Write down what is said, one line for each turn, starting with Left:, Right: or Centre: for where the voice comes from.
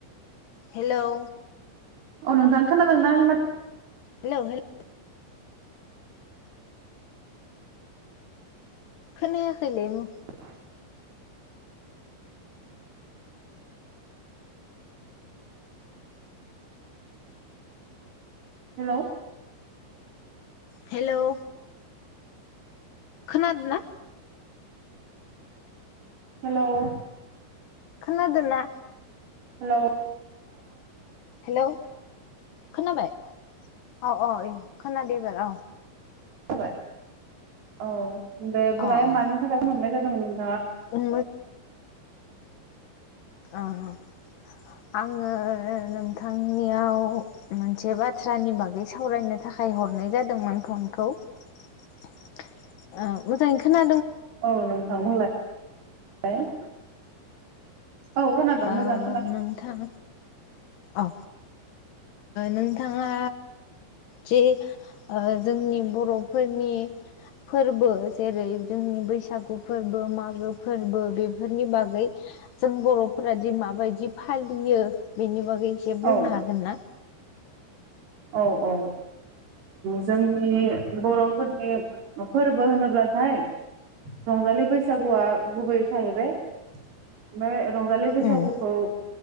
Left: हेलौ
Right: अ नोंथां खोनादों ना आंनि माथ
Left: हेल' हेल' खोनायाखैलै नो
Right: <unintelligible> हेलौ
Left: हेल' खोनदो ना
Right: हेल'
Left: खोनादों ना?
Right: हेलौ
Left: हेलौ खोनाबाय अ अ खोनादो एबार औ
Right: जाबाय औ दे बुंहाय
Left: अ अ
Right: मानि थाखाय फन हरनाय जा <unintelligible>
Left: उम ओ ओ आङो नोंथांनियाव मोनसे बाथ्रानि बागै सावरायनो थाखाय हरनाय जादोंमोन फनखौ ओ मोजाङै खोना
Right: औ नोंथां बुंलाय <unintelligible> खोनादों
Left: ओ
Right: मोजां खोनादों
Left: नोंथां अ ओ नोंथाङा जे ओ जोंनि बर'फोरनि फोरबो जेरै जोंनि बैसागु फोरबो मागो फोरबो बेफोरनि बागै जों बर' फोरादि माबायदि फालियो बेनि बागै गै एसे बुंनो
Right: औ
Left: हागोन ना?
Right: औ औ जोंनि बर'फोरनि फोरबो होनोब्लाथाय रंजालि बैसागुआ गुबै थाहैबाय ओमफ्राय- रंजालि बैसागुखौ
Left: उम